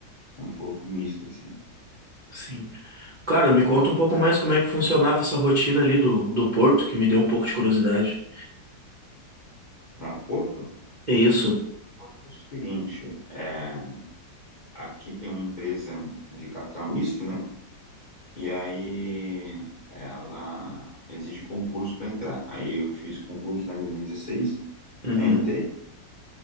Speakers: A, on the left; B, on the right.
A: um pouco misto, assim.
B: sim. Cara, me conta um pouco mais como é que funcionava essa rotina ali do, do Porto, que me deu um pouco de curiosidade.
A: Lá no Porto, no
B: É isso?
A: Porto o seguinte, é, aqui tem uma empresa de capital misto, né? E aí ela exige concurso para entrar. Aí eu fiz concurso lá em 2016,
B: Uhum.
A: entrei,